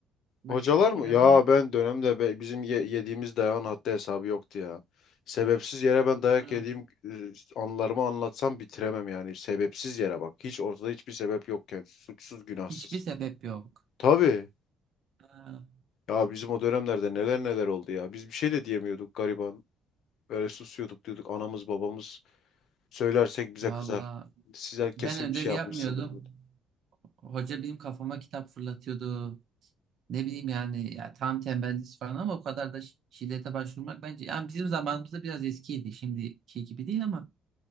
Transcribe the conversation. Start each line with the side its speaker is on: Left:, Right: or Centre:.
Right: Başına
Left: Hocalar
Right: bir şey
Left: mı?
Right: geldi
Left: Ya
Right: mi?
Left: ben dönemde be- bizim ye- yediğimiz dayağın haddi hesabı yoktu ya. Sebepsiz yere ben dayak
Right: Hı.
Left: yediğim e, anılarımı anlatsam bitiremem yani. Sebepsiz yere bak. Hiç ortada hiçbir sebep yokken. Suçsuz, günahsız.
Right: Hiçbir sebep yok.
Left: Tabii.
Right: Ha,
Left: Ya bizim o dönemlerde neler neler oldu ya. Biz bir şey de diyemiyorduk gariban. Böyle susuyorduk diyorduk anamız babamız söylersek bize
Right: Valla
Left: kızar. Size kesin
Right: ben ödev
Left: bir şey
Right: yapmıyordum.
Left: yapmışsındır dedi.
Right: Hoca benim kafama kitap fırlatıyordu. ne bileyim yani ya tam tembellik falan ama o kadar da şi- şiddete başvurmak bence yani bizim zamanımızda biraz eskiydi şimdiki gibi değil ama